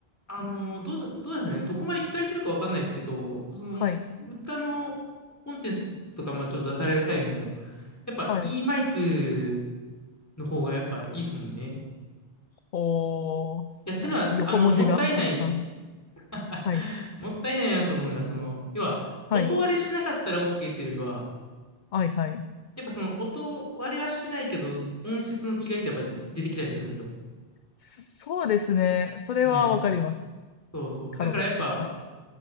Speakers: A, on the left; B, on the left.
A: あの、どうだ、どうでしょうね。どこまで聞かれてるかわかんないですけど、その、
B: はい。
A: 歌のコンテンツとか、まあちょっと出される際も、やっぱいいマイク
B: はい。
A: の方がやっぱいいですもんね。い
B: おー、
A: や、ちのは、
B: なんか横文字がたくさん。
A: あの、もったいない、<laughs>
B: はい。
A: もったいないなと思うのが、その、要は、
B: はい。
A: 音割れしなかったら OK というよりは、
B: はい、はい。
A: やっぱその音割れはしてないけど、音質の違いってやっぱ出てきたりするんですよ。
B: そうですね。それはわかります。
A: はい。そうそう。
B: かろうじて。
A: だからやっぱ、
B: はい。